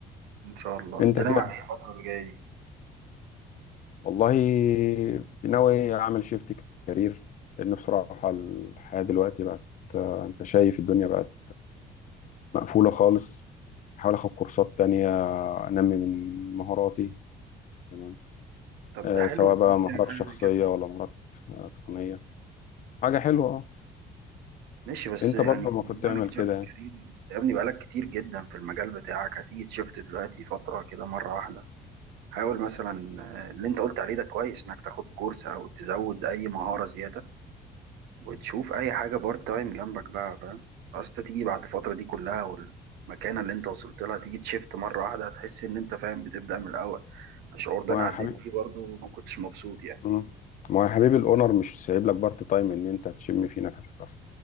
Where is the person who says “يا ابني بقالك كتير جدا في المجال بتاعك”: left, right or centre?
Right